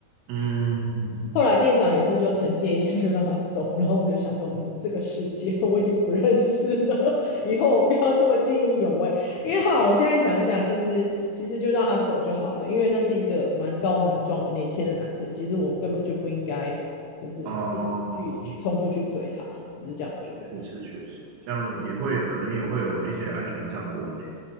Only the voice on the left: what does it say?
后来店长也是就惩戒一下，<laughs> 就让他走。然后我就想说，嗯，这个世界 <laughs> 我已经不认识了，<laughs> 以后我不要这么见义勇为。因为后来我现在想一想，其实其实就让他走就好了，因为那是一个蛮高蛮壮的年轻的男生，其实我根本就不应该就是自己去去冲出去追他，
我是这样觉得。